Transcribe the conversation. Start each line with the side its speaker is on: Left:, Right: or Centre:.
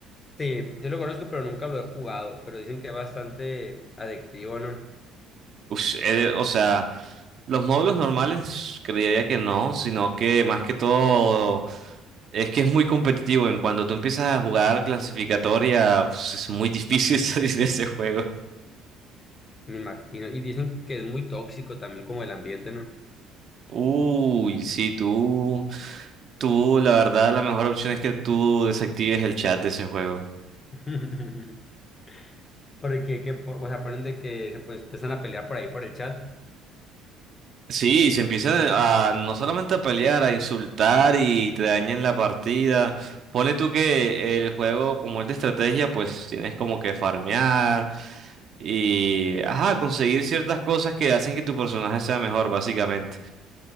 Left: Sí, sí lo conozco, pero nunca lo he jugado, pero dicen que es bastante adictivo, ¿no?
Right: Ush, eh, o sea, los módulos normales creería que no, sino que más que todo es que es muy competitivo. En cuanto tú empiezas a jugar clasificatoria, pues es muy difícil <laughs> salir de ese juego.
Left: Me imagino. Y dicen que es muy tóxico también como el ambiente, ¿no?
Right: Uy, sí, tú. Tú, la verdad, la mejor opción es que tú desactives el chat de ese juego.
Left: <laughs> Porque que, po- o sea, ponen de que se pues, empiezan a pelear por ahí por el chat
Right: Sí, y se empiezan a no solamente a pelear, a insultar y te dañan la partida. Pone tú que el juego, como es de estrategia, pues tienes como que farmear y, ajá, conseguir ciertas cosas que hacen que tu personaje sea mejor, básicamente.